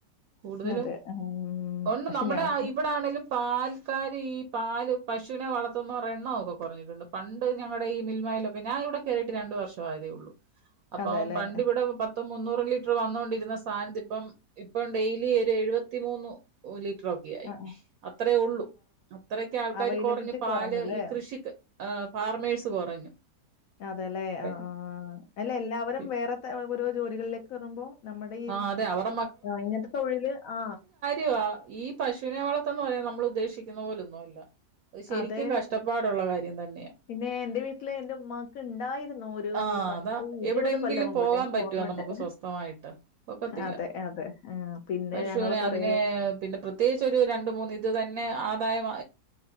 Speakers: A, on the right; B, on the left.
A: കൂടുതലും
B: അതെ ഉം
A: ഒണ്ട്
B: പക്ഷെ
A: നമ്മുടെ
B: ഞാൻ
A: ഇവിടെ ആണേിലും പാൽക്കാർ ഈ പാ പശുവിനെ വളർത്തുന്നവരെ എണ്ണമൊക്കെ കുറഞ്ഞിട്ടുണ്ട് പണ്ട് ഞങ്ങളുടെ ഈ മിൽമലൊ ഞാൻ ഇവിടെ കയറിയിട്ട് രണ്ടു വർഷ ആയതേ ഉള്ളൂ അപ്പം
B: അതെല്ലേ
A: പണ്ട് ഇവിടെ പ മൊത്തം മുന്നൂറ് ലിറ്റർ വന്നൊണ്ടിരുന്ന സാധനത്തി ഇപ്പം ഇപ്പം ഡെയിലി ഒരു എഴുപത്തിമൂന്ന് ഓലിട്ടറോ
B: ആഹ് ആഹ്.
A: അത്രയേ ഉള്ളൂ അത്രയൊക്കെ ആൾക്കാർ
B: അവൈലബിലിറ്റി
A: കുറഞ്ഞഞ് പാല്
B: കുറഞ്ഞുല്ലേ
A: ഈ കൃഷിക്ക് ഫാർമേഴ്സ് കുറഞ്ഞു
B: അതെല്ലെ
A: കാര്യം
B: ആ ആ അല്ല എല്ലാവരും
A: ഉം
B: വേറെ ഓരോ ജോലികളിലേക്ക് വറുമ്പോ നമ്മുടെ ഈ
A: ആഹ് അതെ അവരുടെ
B: ഇങ്ങനത്തെ തൊഴില് ആ
A: യ ഈ പശുവിനെ വളത്തന്ന് പറയാൻ നമ്മൾ ഉദ്ദേശിക്കുന്ന പോലൊന്നുമ അല്ല അ ശരിക്കും
B: അതെ
A: കഷ്ടപ്പാടുള്ള കാര്യം തന്നെയാ
B: പിന്നെ എന്റെ വീട്ടില് എന്റെ ഉമ്മാക്ക് ഉണ്ടായിരുന്നു ഒരു
A: ആഹ്
B: പത്ത്
A: അതാ
B: ഇരുപത്
A: എവിടെയെങ്കിലും
B: കൊല്ലം മുമ്പോട്ട്
A: പോകാൻ
B: എനിക്ക്
A: പറ്റുവോ
B: ഓർമ്മുണ്ട്
A: നമുക്ക് സ്വസ്ഥമായിട്ട് ഒക്കത്തില്ല
B: അതെ അതെ ആ പിന്നെ
A: പശുവിനെ
B: ഞങ്ങള് കൊറേ
A: അതിനെ പിന്നെ പ്രത്യേകിച് ഒരു രണ്ട് മൂന്ന് ഇത് തന്നെ ആദായ വ